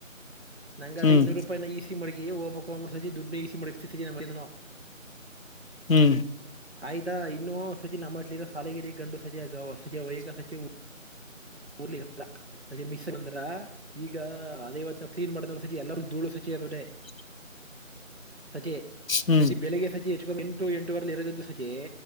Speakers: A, on the right; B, on the left.
A: ನಂದ
B: ಹ್ಮ್
A: ಇನ್ನೂರು ನ ಈಸಿ ಮಿ ಓಬ ಸಜಿ ಡ್ನ್ನ ಈಸಿ ಮಜ <unintelligible>
B: ಹ್ಞೂ
A: ಆಯ್ತಾ ಇನ್ನುಸಚಿ ನಮ್ಮಟ್ಲಿರ ಶಾಲಗಿರಿ ಗಂಡು ಸಚಿವ ಗ ಸಚಿವ ವಯಿಕ ಸಚಿವ ಹುರ್ಲಿ ಹ ಇರಲ್ಲ ಸಜಿ ಮಿಸ್ ಅಂದ್ರ ಈಗ ಅದೇವತ್ ನಾವ ಕ್ಲೀನ್ ಮಾಡ್ದ ಸಜಿ ಎಲ್ಲ ಧೂಳು ಸಜಚಿ ಅದವ್ರೆ
B: <unintelligible>
A: ಅದೇ
B: ಹ್ಮ್
A: ಸತಿ ಬೆಳಿಗ್ಗೆ ಸಜ ಎಂಟು ಎಂಟುವರೆಲ್ಲಿ ಇರಗಿದ್ದು ಸಜೆ